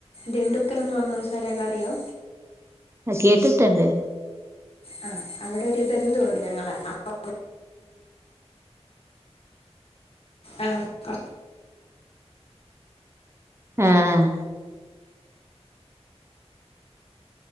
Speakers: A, on the left; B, on the right.
A: ദിണ്ടുക്കൽ എന്ന്പറഞൊരു സലേണ്ട്നറിയോ
B: അ കേട്ടിട്ട്ണ്ട്
A: ആ അവിടെര് ബന്ധുണ്ട്ഞങ്ങളെ അപ്പ <unintelligible> ആഹ് കൊർ
B: ആഹ്